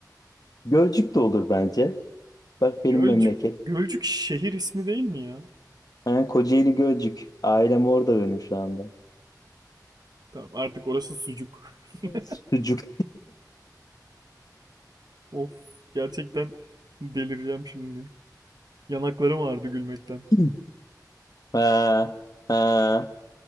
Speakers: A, on the left; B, on the right.
A: Gölcük de olur bence. Bak benim
B: Gölcük
A: memleket.
B: Gölcük şehir ismi değil mi ya?
A: Ha, Kocaeli Gölcük. Ailem orada benim şu anda.
B: Tamam, artık orası sucuk. <laughs>
A: Sucuk.
B: Of, gerçekten delireceğim şimdi. Yanaklarım ağrıdı gülmekten.
A: <laughs> Ha, ha.